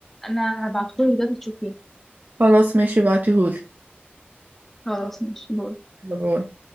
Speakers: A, in the centre; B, on the right.
A: انا هبعتهولك دلوقتي تشوفيه
B: خلاص ماشي بعتيهولي
A: خلاص ماشي باي
B: يلا باي.